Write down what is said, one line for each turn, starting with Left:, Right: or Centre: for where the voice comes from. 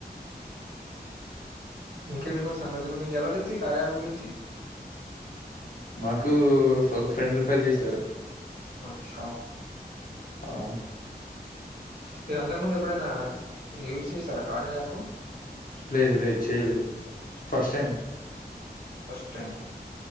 Right: ఇంకేంటి మరి సంగతులు మీకు ఎలా తెలుసు ఈ కార్య యాప్ గురించి
Left: మాకు ఒక ఫ్రెండ్ రిఫర్ చేశారు
Right: అచ్చా
Left: ఆ
Right: మీరు అంతకు ముందు ఎప్పుడైనా యూజ్ చేస్తారా కార్య యాప్
Left: లేదు లేదు చెయలేదు ఫస్ట్ టైమ్
Right: ఫస్టైం